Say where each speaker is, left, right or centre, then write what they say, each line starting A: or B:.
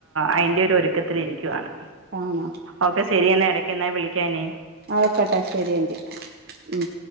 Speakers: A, on the right; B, on the right.
A: അയിൻ്റെ ഒരുക്കത്തിലിരിക്കുവയാണ്
B: ആണോ
A: ഓക്കെ ശരി എന്നാ ഇടക്ക് എന്നാ വിളിക്കാനേ
B: ആഹ്ഓക്കട്ടെ ശരിയങ്കി ഉം